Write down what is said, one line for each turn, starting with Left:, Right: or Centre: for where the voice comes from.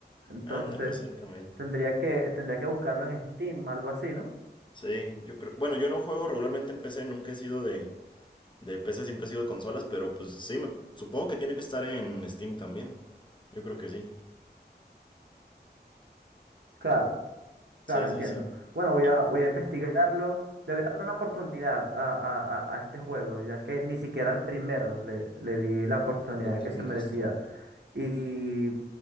Right: Entonces
Left: anda, PC también.
Right: tendría que, tendría que buscarlo en Steam, algo así, ¿no?
Left: Sí, yo creo. Bueno, yo no juego regularmente en PC, nunca he sido de, De PC siempre ha sido de consolas, pero pues sí, me- supongo que tiene que estar en Steam también. Yo creo que sí.
Right: Claro. Claro,
Left: Sí,
Right: entiendo.
Left: sí, sí.
Right: Bueno, voy
Left: Y
Right: a, voy a investigarlo. Le voy a dar una oportunidad a, a- a- a este juego, ya que ni siquiera al primero le, le di la oportunidad
Left: lo terminaste.
Right: que se merecía. Y